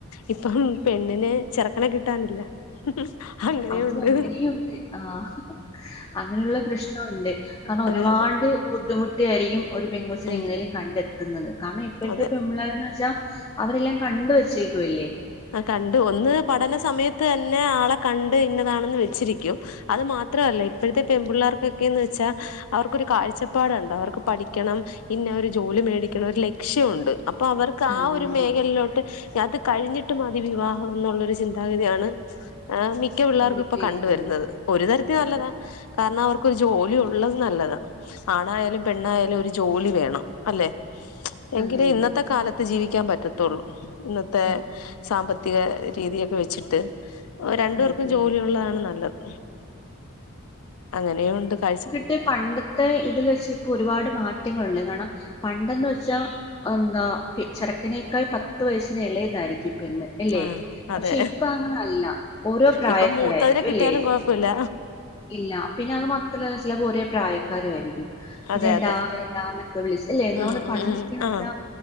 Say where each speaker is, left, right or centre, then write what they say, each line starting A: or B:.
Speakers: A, on the left (about 80°); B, on the left (about 15°).
A: ഇപ്പം പെണ്ണിന് ചെറുക്കനെ കിട്ടാനില്ല.
B: അത്
A: അങ്ങനെയുണ്ട്
B: അതും അങ്ങനെയുണ്ട്. ആഹ് അങ്ങനെയുള്ള പ്രശ്നവു ണ്ട്. കാരണം
A: അതെ
B: ഒരുപാട്
A: അതെ
B: ബുദ്ധിമുട്ടി ആയിരിക്കും ഒരു പെങ്കൊച്ചിനെ
A: ഉം
B: എങ്ങനേലും കണ്ടെത്തുന്നത്. കാരണം ഇപ്പഴത്തെ
A: അതെ
B: പെൺ പിള്ളേരെന്ന് വെച്ചാ അവരെല്ലാം കണ്ട് വച്ചേക്കുവല്ലേ?
A: ആഹ് കണ്ട്, ഒന്ന് പഠന സമയത്ത് തന്നെ ആളെ കണ്ട് ഇന്നതാണെന്ന് വെച്ചിരിക്കും. അത് മാത്രല്ല, ഇപ്പോ ഴത്തെ പെൺപിള്ളേർക്കൊക്കേന്ന് വെച്ചാ അവർക്കൊരു കാഴ്ചപ്പാടണ്ട്. അവർക്ക് പഠിക്കണം ഇന്ന ഒര് ജോലി മേടിക്കണം ഒരു ലക്ഷ്യവുണ്ട്. അപ്പൊ അവർ ക്കാ
B: അതെ
A: ഒരു
B: അതെ.
A: മേഖലയിലോട്ട് അത് കഴിഞ്ഞ് ട്ട് മതി വിവാഹം എന്നുള്ളൊരു ചിന്താഗതിയാണ് മി ക്കെ പിള്ളേർക്കും
B: പെൺകുട്ടികൾക്കുള്ളത്.
A: ഇപ്പൊ കണ്ട് വരുന്നത്, ഒരു തരത്തി നല്ലതാ,
B: അതെ അതെ.
A: കാരണം അവർക്കൊരു ജോലി ഉള്ളത് നല്ലതാ. ആണായാലും പെണ്ണായാലും ഒരു ജോലി വേണം. അല്ലെ? എങ്കിലെ
B: അതെ
A: ഇന്നത്തെ
B: അതെ.
A: കാലത്ത് ജീവിക്കാൻ പറ്റത്തൊള്ളൂ. ഇന്നത്തെ
B: അതെ.
A: സാമ്പത്തിക രീതിയൊക്കെ വെച്ചിട്ട്, രണ്ടു
B: അതെ
A: പേർക്കും ജോലിയുള്ളതാണ്
B: അതെ.
A: നല്ലത്. അങ്ങനെയു ഉണ്ട് കാഴ്ച
B: ട്ട് പണ്ടത്തെ ഇതിൽ വെച്ച് ഇപ്പൊ ഒരുപാട് മാറ്റങ്ങളുണ്ട്. കാണം പണ്ടെന്ന് വെച്ചാ എന്താ ചെറുക്കനേക്കാൾ പത്ത് വയസ്സിന് ഇളയതായിരിക്കും പെണ്ണ്. അല്ലേ?
A: ആഹ്,
B: പക്ഷെ
A: അതെ.
B: ഇപ്പൊ അങ്ങനെ അല്ല. ഓരോ പ്രായക്കാരായിരിക്കും
A: ഇപ്പം മൂത്തതിനെ കിട്ടിയാലും
B: അല്ലേ?
A: കുഴ പ്പ ഇല്ല.
B: ഇല്ല, പിന്നെ അത് മാത്രല്ലാ ചെലേപ്പം ഒരേ പ്രായക്കാരും ആയിരിക്കും. പിന്നെ
A: അതെ അതെ
B: ഡാ യെഡാന്നൊക്കെ വിളിച്ച്. അല്ലേ? നമ്മള്
A: ഉം ഉം
B: പണ്ടൊക്കെന്ന്
A: ഉം
B: വെച്ചാ
A: ആഹ്